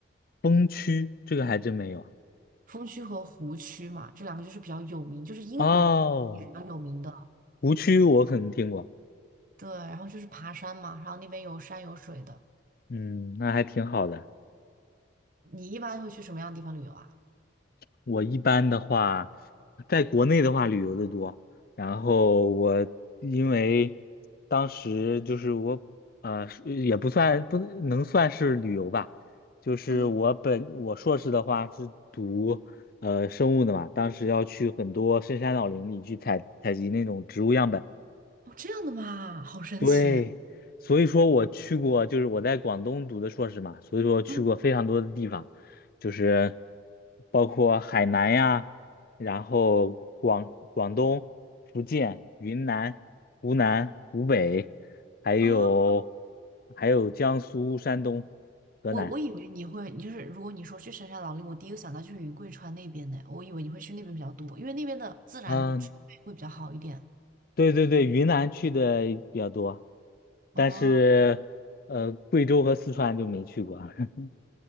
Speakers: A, on the left; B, on the right.
A: 崩区这个还真没有啊
B: 峰区和湖区嘛，这两个就是比较有名，就是英国也比较有名的。
A: 哦，湖区我可能听过，
B: 对，然后就是爬山嘛，然后那边有山有水的。
A: 嗯，那还挺好的。
B: 你一般会去什么样的地方旅游啊？
A: 我一般的话，在国内的话旅游的多，然后我因为当时就是我呃是也不算不能算是旅游吧，就是我本我硕士的话是读呃生物的嘛，
B: 嗯，
A: 当时要去很多深山老林里去采采集那种植物样本。
B: 哦这样的嘛，好神奇。
A: 对，所以说我去过，就是我在广东读的硕士嘛，所以说去过非常多的地方，
B: 嗯，
A: 就是包括海南呀，然后广广东、福建、云南、湖南、湖北，还有
B: 哦。
A: 还有江苏、山东、河南。
B: 我我以为你会，你就是如果你说去深山老林，我第一个想到就是云贵川那边的，我以为你会去那边比较多，因为那边的自然植被会比较好一点。
A: 嗯，对对对，云南去的比较多，
B: 哦，
A: 但是呃，贵州和四川就没去过。<laughs>